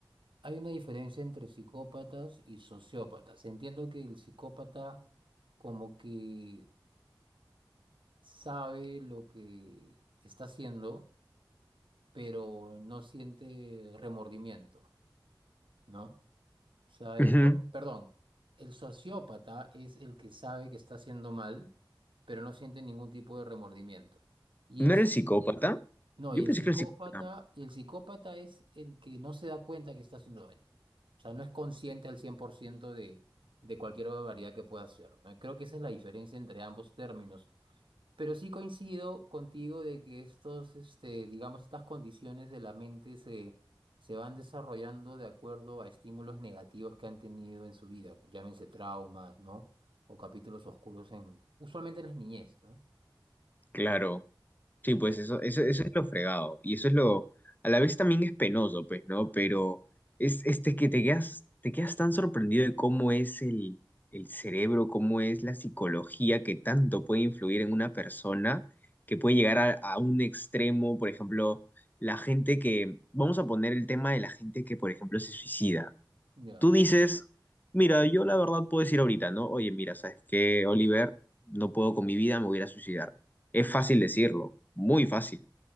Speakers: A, on the right; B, on the left.
A: Hay una diferencia entre psicópatas y sociópatas. Entiendo que el psicópata como que sabe lo que está haciendo, pero no siente remordimiento, ¿no? Sabe,
B: Ujú.
A: no, perdón. El sociópata es el que sabe que está haciendo mal, pero no siente ningún tipo de remordimiento. Y
B: ¿No
A: el,
B: era el psicópata?
A: No,
B: Yo
A: y el
B: pensé
A: psicópata,
B: que era el psicópata.
A: y el psicópata es el que no se da cuenta que está haciendo daño. O sea, no es consciente al 100% de, de cualquier barbaridad que pueda hacer, ¿no? Creo que esa es la diferencia entre ambos términos. Pero sí coincido contigo de que estos, este, digamos, estas condiciones de la mente se, se van desarrollando de acuerdo a estímulos negativos que han tenido en su vida, llámense traumas, ¿no? O capítulos oscuros en, usualmente en las niñez, ¿no?
B: Claro. Sí, pues
A: Sí.
B: eso, eso, eso es lo fregado. Y eso es lo, a la vez también es penoso, pues, ¿no? Pero es este que te quedas, te quedas tan sorprendido de cómo es el, el cerebro, cómo es la psicología que tanto puede influir en una persona, que puede llegar a, a un extremo, por ejemplo, la gente que, vamos a poner el tema de la gente que, por ejemplo, se suicida.
A: Ya.
B: Tú dices, mira, yo la verdad puedo decir ahorita, ¿no? Oye, mira, ¿sabes qué, Oliver? No puedo con mi vida, me voy a ir a suicidar. Es fácil decirlo, muy fácil,